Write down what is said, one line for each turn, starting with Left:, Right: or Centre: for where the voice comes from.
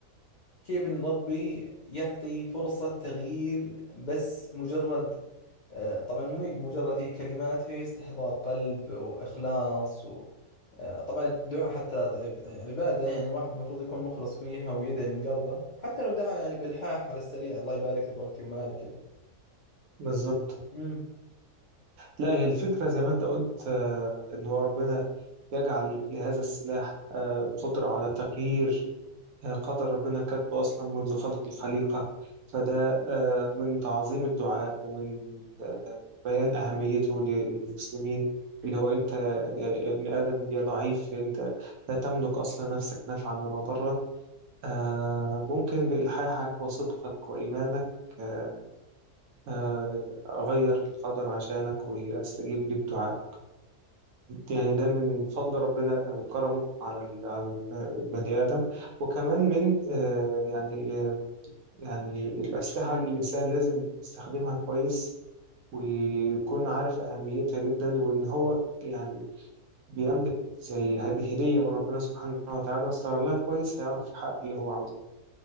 Left: كيف إن ربي يعطي فرصة تغيير بس مجرد آه، طبعا مو بمجرد هي كلمات هي استحضار قلب وإخلاص و... آه، طبعا الدعاء حتى عب- عبادة يعني الواحد المفروض يكون مخلص فيها ويدعي من قلبه حتى لو دعا يعني بإلحاح على السريع الله يبارك لي في وقتي ومالي
Right: بالظبط
Left: كذا
Right: لا هي الفكرة زي ما أنت قلت آه، إن هو ربنا يجعل لهذا السلاح آه، قدرة على تغيير آه، قدر ربنا كاتبه أصلا منذ خلق الخليقة فده آه، من تعظيم الدعاء ومن آه، بيان أهميته للمسلمين اللي هو أنت يا يا ابن آدم يا ضعيف يعني أنت لا تملك أصلا نفسك نفعا ولا ضرا آه، ممكن بإلحاحك وصدقك وإيمانك آه، آه، أغير القدر عشانك وأستجيب للدعاء يعني ده من فضل ربنا وكرمه على ال- على ال- البني آدم وكمان من آه، يعني آه، يعني الأسلحة اللي الإنسان لازم يستخدمها كويس ويكون عارف أهميتها جدا وإن هو يعني بيملك زي هذه هدية من ربنا سبحانه وتعالى واستغلها كويس هيعرف الحق اللي هو عاوزه